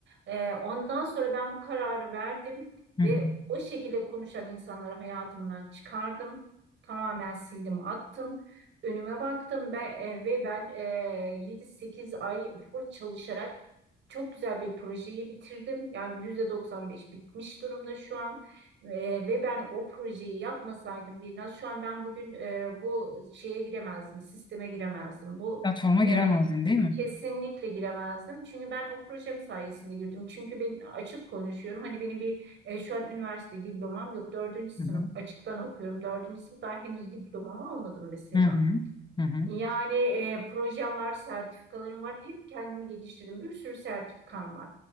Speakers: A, on the right; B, on the left.
A: E, ondan sonra ben bu kararı verdim
B: Hı
A: ve
B: hı.
A: o şekilde konuşan insanları hayatımdan çıkardım. Tamamen sildim attım. Önüme baktım ben, e, ve ben e, 7-8 ay full çalışarak çok güzel bir projeyi bitirdim. Yani %95 bitmiş durumda şu an. Ee, ve ben o projeyi yapmasaydım biraz şu an ben bugün e, bu şeye giremezdim, sisteme giremezdim. Bu
B: Platforma giremezdin
A: e,
B: değil mi?
A: kesinlikle giremezdim. Çünkü ben o projem sayesinde girdim. Çünkü ben açık konuşuyorum. Hani benim bir e, şu an üniversite diplomam yok. Dördüncü sınıf
B: Hı hı.
A: açıktan okuyorum. Dördüncü sınıf daha henüz diplomamı almadım mesela.
B: Hı hı. Hı
A: Yani e, projem var, sertifikalarım var. Hep kendimi geliştirdim. Bir sürü sertifikam var.